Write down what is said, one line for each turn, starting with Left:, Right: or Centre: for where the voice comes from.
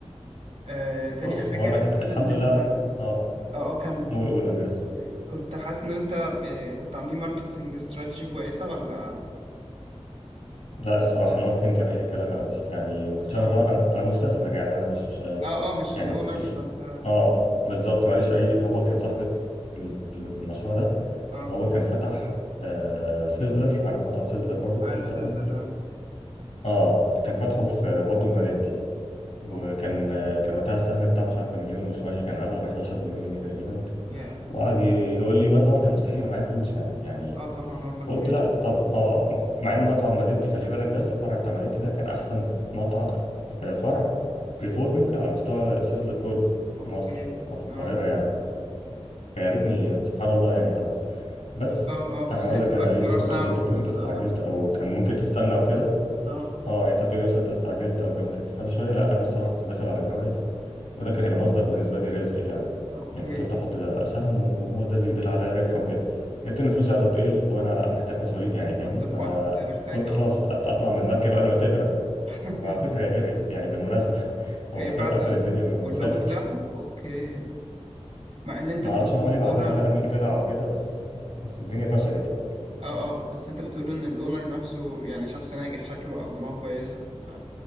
Right: آه،
Left: بص
Right: تاني حاجة
Left: هو انا
Right: حاسس
Left: الح- الحمد
Right: ان انت
Left: لله
Right: اه
Left: اه
Right: اه كمل
Left: قول قول انا اسف
Right: كنت حاسس ان انت آه، كنت عاملين ماركتنج استراتيجي كويسة ولا
Left: لا الصراحه الماركتينج كان اي كلام قوي يعني ما كنتش
Right: اه
Left: انا طبعا انا انا مستثمر يعني انا مش
Right: اه اه مش
Left: يعني
Right: الاونر
Left: ما كنتش
Right: فانت
Left: اه بالظبط ماليش اي هو كان صاحب ال- المشروع ده
Right: اه
Left: هو كان فتح آه سيزلر عارف مطعم سيزلر برضو
Right: عارف
Left: اكيد طبعا
Right: سيزلر اه
Left: اه كان فاتحه في آه، برضو في مدينتي وكان
Right: اوكي
Left: كان وقتها السهم بتاعه مش عارف بمليون وشويه كان عمله ب 11 مليون جنيه تقريبا
Right: ياه
Left: وقعد يقول لي وانا طبعا كان مستحيل يبقى معايا فلوس يعني يعني
Right: اه طبعا مبلغ
Left: فقلت
Right: كبير
Left: لا طب اه مع ان مطعم مدينتي خلي بالك ده الفرع بتاع مدينتي ده كان احسن مطعم آه، فرع بريفورمينج على مستوى سيزلر كله في
Right: اوكي
Left: مصر او في القاهره
Right: اه
Left: يعني فيا ريتني سبحان الله يعني طبعا بس
Right: اه اه بس
Left: انا هقول
Right: هي بتبقى
Left: لك انا
Right: قرار
Left: ليه ليه
Right: صعب
Left: انت
Right: برضو
Left: بتقولي انت
Right: في
Left: استعجلت
Right: الاول شوية
Left: او كان ممكن تستنى وكده
Right: اه
Left: اه يعني انت بتقولي مثلا انت استعجلت او كان ممكن تستنى شويه لا انا الصراحه كنت داخل على جواز وده كان هيبقى مصدر بالنسبه لي رزق يعني
Right: اوكي
Left: يعني كنت قلت احط ده سهم وهو ده اللي يدير عليا ربح وكده لقيت ان فلوسي قاعده تقل وانا محتاج مصاريف يعني فاهمني
Right: وانت في
Left: فقلت
Right: وقت محتاج اه
Left: خلاص اطلع من المركب قبل ما تغرق
Right: <laughs>
Left: وعلى فكره هي غرقت يعني بالمناسبه <laughs> هو
Right: إيه بعد
Left: ساب قفل الدنيا وم-
Right: كلكم
Left: وسافر
Right: طلعتوا اوكي مع ان انت
Left: ما
Right: بتقول
Left: اعرفش هو عمل
Right: ان
Left: ايه
Right: الاونر
Left: بعدها بقى مين طلع وكده بس بس الدنيا فشلت يعني
Right: اه اه بس انت بتقول ان الاونر نفسه يعني شخص ناجح شكله او دماغه كويسة ف